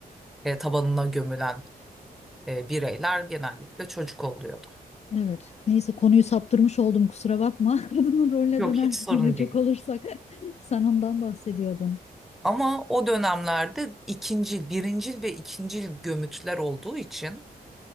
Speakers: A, in the centre; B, on the left.
A: e, tabanına gömülen e, bireyler genellikle çocuk oluyordu.
B: Evet. Neyse konuyu saptırmış oldum kusura bakma. <laughs> Kadının rolüne
A: Yok
B: döner
A: hiç sorun
B: dönecek
A: değil.
B: olursak <laughs> sen ondan bahsediyordun.
A: Ama o dönemlerde ikincil, birincil ve ikincil gömütler olduğu için